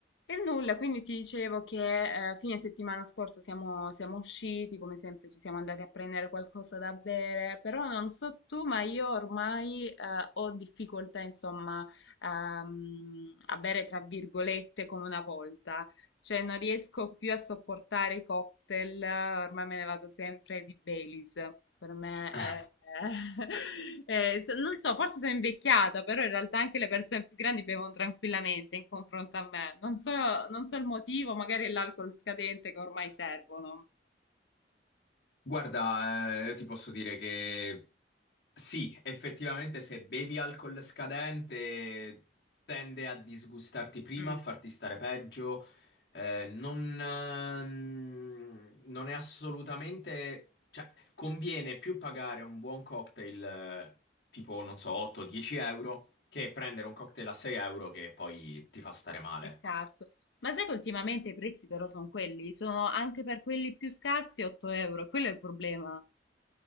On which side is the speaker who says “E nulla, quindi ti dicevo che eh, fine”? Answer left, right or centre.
Left